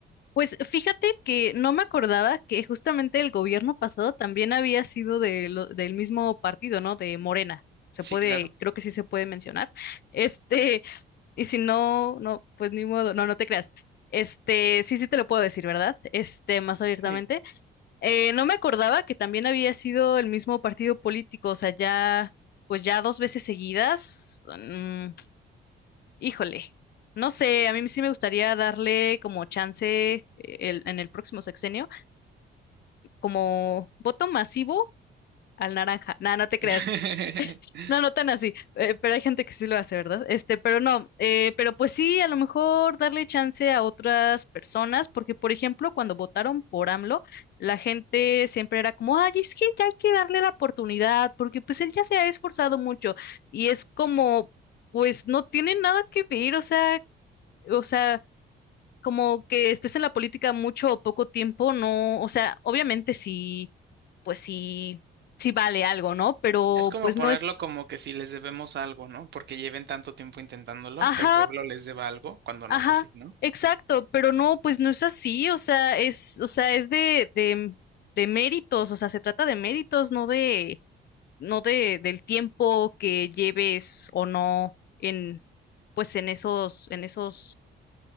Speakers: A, on the left; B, on the right.
A: Pues fíjate que no me acordaba que justamente el gobierno pasado también había sido de lo- del mismo partido, ¿no? De Morena. Se
B: Sí,
A: puede,
B: claro.
A: creo que sí se puede mencionar. Este, y si no, no, pues ni modo, no, no te creas. Este, sí, sí te lo puedo decir, ¿verdad? Este, más abiertamente.
B: Sí.
A: Eh, no me acordaba que también había sido el mismo partido político, o sea, ya, pues ya dos veces seguidas. Mm, Híjole, no sé, a mí sí me gustaría darle como chance eh, el- en el próximo sexenio, como voto masivo al naranja. No, no te creas.
B: <laughs>
A: No, no tan así, eh, pero hay gente que sí lo hace, ¿verdad? Este, pero no, eh, pero pues sí, a lo mejor darle chance a otras personas, porque por ejemplo, cuando votaron por AMLO, la gente siempre era como, ay, es que ya hay que darle la oportunidad, porque pues él ya se ha esforzado mucho, y es como, pues no tiene nada que ver, o sea, o sea. como que estés en la política mucho o poco tiempo, no, o sea, obviamente sí, pues sí, sí vale algo, ¿no? Pero
B: Es como
A: pues
B: ponerlo
A: no es,
B: como que si les debemos algo, ¿no? Porque lleven tanto tiempo intentándolo,
A: ajá,
B: que el pueblo les deba algo cuando
A: ajá,
B: no es así, ¿no?
A: exacto, pero no, pues no es así, o sea, es, o sea, es de, de, de méritos, o sea, se trata de méritos, no de, no de, del tiempo que lleves o no en, pues en esos, en esos,